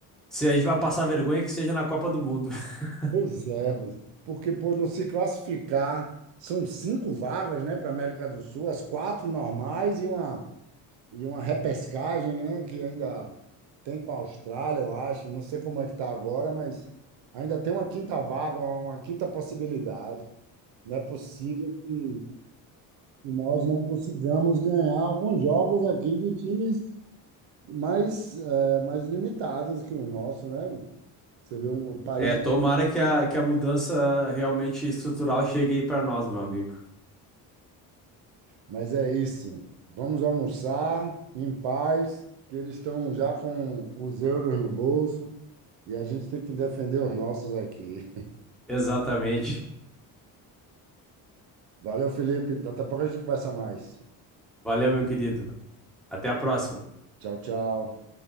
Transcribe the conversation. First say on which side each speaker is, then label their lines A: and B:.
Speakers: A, in the centre; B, on the right.
A: Se a gente vai passar vergonha, que seja na Copa do Mundo. <laughs>
B: Pois é, Bruno. porque por não se classificar, são cinco vagas, né, para a América do Sul, as quatro normais e uma, e uma repescagem, né, que ainda tem com a Austrália, eu acho. Não sei como é que está agora, mas ainda tem uma quinta vaga, uma, uma quinta possibilidade. Não é possível que nós não consigamos ganhar alguns jogos aqui de times mais, eh, mais limitados que o nosso, né? Você vê um país
A: É, tomara que a, que a mudança realmente estrutural chegue aí para nós, meu amigo.
B: Mas é isso. Vamos almoçar em paz, que eles estão já com os euros no bolso e a gente tem que defender os nossos aqui.
A: Exatamente.
B: Valeu, Felipe. Daqui a pouco a gente conversa mais.
A: Valeu, meu querido. Até a próxima.
B: Tchau, tchau.